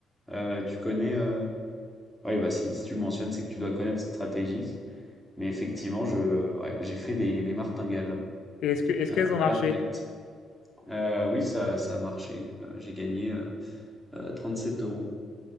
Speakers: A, in the centre; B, on the left.
A: Heu, tu connais, heu Oui, bah, si, si tu le mentionnes, c'est que tu dois connaître cette stratégie. Mais effectivement, je, ouais, j'ai fait des, des martingales
B: Et est-ce que, est-ce
A: euh,
B: qu'elles ont
A: à
B: marché?
A: la roulette. Euh, oui, ça, ça a marché. Euh, j'ai gagné euh, euh, 37 euros.